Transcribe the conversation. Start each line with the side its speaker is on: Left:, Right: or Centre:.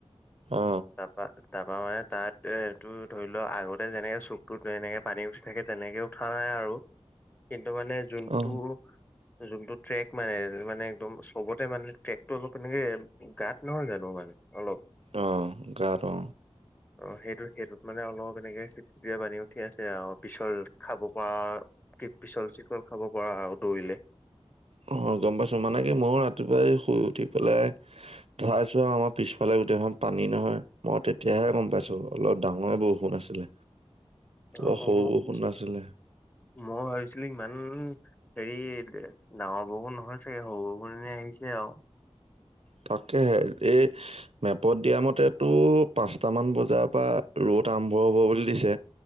Right: অ।
Left: তাৰপৰা তাৰপা মানে তাত এটো ধৰি লও আগতে যেনেকে চুকতো যেনেকে পানী উঠি থাকে তেনেকে উঠা নাই, কিন্তু মানে যোনটো
Right: অ।
Left: যোনটো ট্ৰেক মানে মানে একদম চবতে মানে ট্ৰেকতটো অলপ এনেকে গাত নহয় জানো মানে অলপ
Right: আহ জানো
Left: অ সেইটো সেইটোত মানে অলপ এনেকে চিপচিপিয়া বানি উ। ঠিক আছে আৰু পিছল খাব পৰা কি পিছল চিকল খাব পৰা আৰু দৌৰিলে। <unintelligible>
Right: অ গম পাইছো মানে কি ময়ো ৰাতিপুৱাই শুই উঠি পেলাই চাইছো আৰু আমাৰ পিছফালে গোটেইখন পানী, । নহয় মই তেতিয়াহে গম পাইছো অলপ ডাঙৰে বৰষুণ আছিলে।
Left: ডাঙৰ
Right: বৰ সৰু
Left: বৰষুণ।
Right: নাছিলে
Left: মই ভাবিছিলো ইমান হেৰি ডাঙৰ বৰষুণ নহয় চাগে সৰু বৰষুণ এ আহি। সেই আও।
Right: তাকেহে এই মেপত দিয়া মতেতো পাঁচটামান বজাৰ পৰা ৰ'দ। নামভৰ হ'ব বুলি দিছে